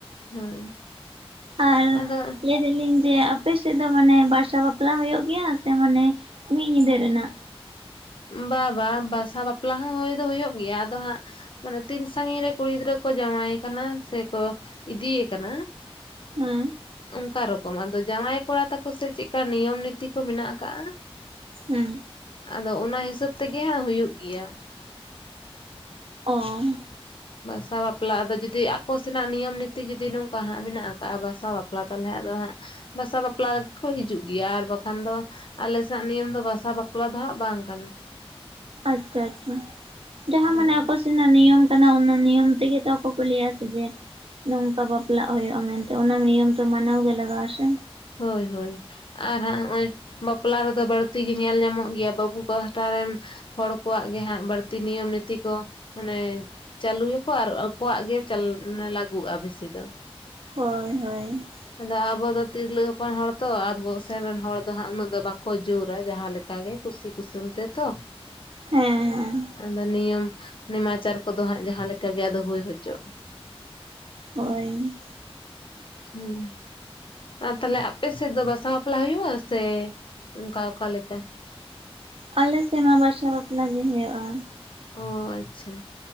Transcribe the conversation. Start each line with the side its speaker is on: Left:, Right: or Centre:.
Left: ᱦᱳᱭ᱾
Right: ᱟᱨ
Left: ᱟᱫᱚ
Right: ᱞᱟᱹ <unintelligible> ᱡᱮ ᱟᱯᱮ ᱥᱮᱫ ᱫᱚ ᱢᱟᱱᱮ ᱵᱟᱨᱥᱟ ᱵᱟᱯᱞᱟ ᱦᱩᱭᱩᱜ ᱜᱮᱭᱟ ᱥᱮ ᱢᱟᱱᱮ ᱢᱤᱫ ᱧᱤᱫᱟᱹ ᱨᱮᱱᱟᱜ?
Left: ᱵᱟ ᱵᱟ ᱵᱟᱥᱟ ᱵᱟᱯᱞᱟ ᱦᱚᱸ ᱦᱩᱭ ᱫᱚ ᱦᱩᱭᱩᱜ ᱜᱮᱭᱟ ᱟᱫᱚ ᱦᱟᱸᱜ ᱢᱟᱱᱮ ᱛᱤᱱ ᱥᱟᱜᱤᱧ ᱨᱮ ᱠᱩᱲᱤ ᱜᱤᱫᱽᱨᱟᱹ ᱠᱚ ᱡᱟᱶᱟᱭᱮ ᱠᱟᱱᱟ ᱥᱮᱠᱚ ᱤᱫᱤ ᱭᱮ ᱠᱟᱱᱟ
Right: ᱦᱮᱸ᱾
Left: ᱚᱱᱠᱟ ᱨᱚᱠᱚᱢ ᱟᱫᱚ ᱡᱟᱶᱟᱭ ᱠᱚᱲᱟ ᱛᱟᱠᱚ ᱥᱮᱫ ᱪᱮᱜᱠᱟ ᱱᱤᱭᱚᱢ ᱱᱤᱛᱤ ᱠᱚ ᱢᱮᱱᱟᱜ ᱠᱟᱜ-ᱟ
Right: ᱦᱩᱸ᱾
Left: ᱟᱫᱚ ᱚᱱᱟ ᱦᱤᱥᱟᱹᱵᱽ ᱛᱮᱜᱮ ᱦᱟᱸᱜ ᱦᱩᱭᱩᱜ ᱜᱮᱭᱟ᱾
Right: ᱚ᱾
Left: ᱵᱟᱥᱟ ᱵᱟᱯᱞᱟ ᱟᱫᱚ ᱡᱩᱫᱤ ᱟᱠᱚ ᱥᱮᱱᱟᱜ ᱱᱤᱭᱚᱢ ᱱᱤᱛᱤ ᱡᱩᱫᱤ ᱱᱚᱝᱠᱟ ᱦᱟᱸᱜ ᱢᱮᱱᱟᱜ ᱠᱟᱜ-ᱟ ᱵᱟᱥᱟ ᱵᱟᱯᱞᱟ ᱛᱟᱞᱦᱮ ᱟᱫᱚ ᱦᱟᱸᱜ ᱵᱟᱥᱟ ᱵᱟᱯᱞᱟ ᱠᱚ ᱦᱤᱡᱩᱜ ᱜᱮᱭᱟ ᱟᱨ ᱵᱟᱠᱷᱟᱱ ᱫᱚ ᱟᱞᱮ ᱥᱮᱱᱟᱜ ᱱᱤᱭᱚᱢ ᱫᱚ ᱵᱟᱥᱟ ᱵᱟᱯᱞᱟ ᱫᱚ ᱦᱟᱸᱜ ᱵᱟᱝ ᱠᱟᱱᱟ᱾
Right: ᱟᱪᱪᱷᱟ ᱟᱪᱪᱷᱟ, ᱡᱟᱦᱟᱸ
Left: ᱦᱮᱸ
Right: ᱢᱟᱱᱮ ᱟᱠᱚ ᱥᱮ ᱥᱮᱱᱟᱜ ᱱᱤᱭᱚᱢ ᱠᱟᱱᱟ ᱚᱱᱟ ᱱᱤᱭᱚᱢ ᱛᱮᱜᱮ ᱛᱚ ᱟᱠᱚᱠᱚ ᱞᱟᱹᱭᱟ ᱥᱮ ᱡᱮ ᱱᱚᱝᱠᱟ ᱵᱟᱯᱞᱟᱜ ᱦᱩᱭᱩᱜᱼᱟ ᱢᱮᱱᱛᱮ ᱚᱱᱟ ᱱᱤᱭᱚᱢ ᱫᱚ ᱢᱟᱱᱟᱣ ᱜᱮ ᱞᱟᱜᱟᱜᱼᱟ ᱥᱮ᱾
Left: ᱦᱳᱭ ᱦᱳᱭ᱾ ᱟᱨ ᱦᱟᱸᱜ ᱦᱚᱸᱜᱼᱚᱭ ᱵᱟᱯᱞᱟ ᱨᱮᱫᱚ ᱵᱟᱹᱲᱛᱤ ᱜᱮ ᱧᱮᱞ ᱧᱟᱢᱚᱜ ᱜᱮᱭᱟ ᱵᱟᱹᱵᱩ ᱯᱟᱦᱴᱟ ᱨᱮᱱ ᱦᱚᱲ ᱠᱚᱣᱟᱜ ᱜᱮ ᱦᱟᱸᱜ ᱵᱟᱹᱲᱛᱤ ᱱᱤᱭᱚᱢ ᱱᱤᱛᱤ ᱠᱚ ᱢᱟᱱᱮ ᱪᱟᱹᱞᱩᱭᱟᱠᱚ ᱟᱨ ᱟᱠᱚᱣᱟᱜ ᱜᱮ ᱪᱟᱞ ᱢᱟᱱᱮ ᱞᱟᱹᱜᱩᱜᱼᱟ ᱵᱮᱥᱤ ᱫᱚ᱾
Right: ᱦᱳᱭ ᱦᱳᱭ᱾
Left: ᱟᱫᱚ ᱟᱵᱚ ᱫᱚ ᱛᱤᱨᱞᱟᱹ ᱦᱚᱯᱚᱱ ᱦᱚᱲ ᱛᱚ ᱟᱵᱚ ᱥᱮᱱ ᱨᱮᱱ ᱦᱚᱲ ᱫᱚ ᱦᱟᱸᱜ ᱩᱱᱟᱹᱜ ᱫᱚ ᱵᱟᱠᱚ ᱡᱳᱨᱟ ᱡᱟᱦᱟᱸ ᱞᱮᱠᱟ ᱜᱮ᱾ ᱠᱩᱥᱤ ᱠᱩᱥᱟᱹᱞ ᱛᱮᱛᱚ᱾
Right: ᱦᱮᱸ ᱦᱮᱸ
Left: ᱟᱫᱚ ᱱᱤᱭᱚᱢ ᱱᱮᱢᱟᱪᱟᱨ ᱠᱚᱫᱚ ᱦᱟᱸᱜ ᱡᱟᱦᱟᱸ ᱞᱮᱠᱟ ᱜᱮ ᱟᱫᱚ ᱦᱩᱭ ᱦᱚᱪᱚᱜ᱾ <inaudible>
Right: ᱦᱳᱭ᱾
Left: ᱦᱩᱸ᱾ ᱟᱨ ᱛᱟᱞᱦᱮ ᱟᱯᱮ ᱥᱮᱫ ᱫᱚ ᱵᱟᱥᱟ ᱵᱟᱯᱞᱟ ᱦᱩᱭᱩᱜᱼᱟ ᱥᱮ ᱚᱱᱠᱟ ᱚᱠᱟ ᱞᱮᱠᱟ?
Right: ᱟᱞᱮ ᱥᱮᱫ ᱢᱟ ᱵᱟᱥᱟ ᱵᱟᱯᱞᱟ ᱜᱮ ᱦᱩᱭᱩᱜᱼᱟ᱾
Left: ᱚ ᱟᱪᱪᱷᱟ᱾